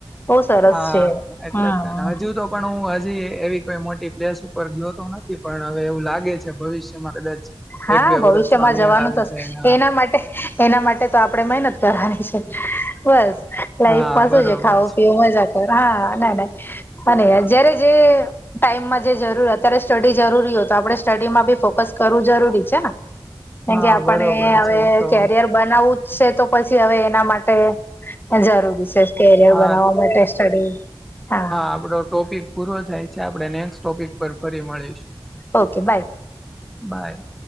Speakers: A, on the left; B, in the centre.
A: બો સરસ
B: હા
A: છે.
B: એટલે
A: હા
B: જ તને
A: હા.
B: હજુ તો પણ હું હજી એવી કોઈ મોટી પ્લેસ ઉપર ગીયો તો નથી પણ હવે એવું લા લાગે છે ભવિષ્યમાં કદાચ
A: હા
B: એક બે
A: ભવિષ્યમાં
B: વર્ષમાં મેળ
A: જવાનું
B: આવી
A: થશે
B: જાય હા
A: એના માટે એના માટે તો આપણેે મહેનત કરવાની છે. બસ લાઈફમાં
B: હા બરોબર
A: શું છે ખાવુ, પીવુ, મજા પર હા નાય નાય અને જયારે જે ટાઈમમાં જે જરૂર અત્યારે સ્ટડી જરૂરી હોય તો આપણે સ્ટડી માં બી ફોકસ કરવું જરૂરી છે હા કેમ
B: હા
A: કે આપડે
B: બરોબર
A: હવે
B: છે તો
A: કેરયર બનાવવું જ છે તો પછી હવે એના માટે જરૂરી છે કેરિયર
B: હા
A: બનાવવા માટે સ્ટડી હા.
B: આપણો ટોપિક પૂરો થાય છે આપણે નેક્સ્ટ ટોપિક પર ફરી મળીશ.
A: Okay bye.
B: બાય.